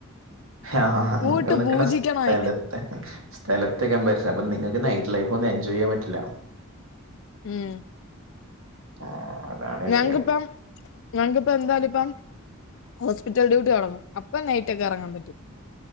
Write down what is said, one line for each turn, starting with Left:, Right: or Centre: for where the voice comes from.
Right: ആഹ് ആ അഹ്
Left: പോയിട്ട്
Right: നിങ്ങൾണിക്കണ
Left: പൂജിക്കണം
Right: സ്ഥല
Left: അതിനെ
Right: സ്ഥലത്തെ കമ്പാരിസ അപ്പൊ നിങ്ങക്ക് നൈറ്റ് ലൈഫ് ഒന്നും എൻജോയ്യ്യാൻ പറ്റില്ല.
Left: ഉം
Right: ആഹ് അതാണ് വിഷയം
Left: ഞങ്ങക്ക്പ്പം ഞങ്ങക്പ്പം എന്താലുംപ്പം ഹോസ്പിറ്റൽ ഡ്യൂട്ടി തോടങ്ങും അപ്പൊ നൈറ്റൊക്കെറങ്ങാൻ പറ്റും.